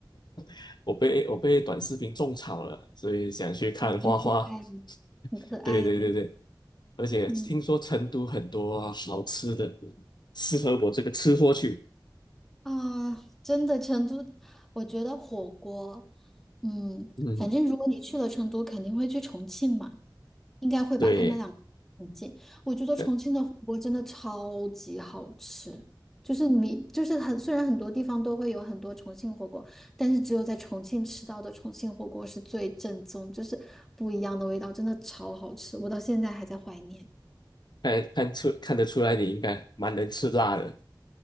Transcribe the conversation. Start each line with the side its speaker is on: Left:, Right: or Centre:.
Left: <laughs> 我被我被短视频种草了，所以想去看花花。
Centre: 哇，很可爱，的，
Left: <laughs>
Centre: 很可爱的，
Left: 对对对对，而且听说成都很多好吃的，
Centre: 嗯
Left: 适合我这个吃货去。
Centre: 啊，真的，成都，我觉得火锅，嗯，
Left: 嗯，
Centre: 反正如果你去了成都，肯定会去重庆嘛，应该会把他们俩个很近。
Left: 对，
Centre: 我觉得重庆的火锅真的超级好吃，
Left: 对
Centre: 就是你就是很，虽然很多地方都会有很多重庆火锅，但是只有在重庆吃到的重庆火锅是最正宗，就是不一样的味道，真的超好吃，我到现在还在怀念。
Left: 看看出看得出来，你应该蛮能吃辣的。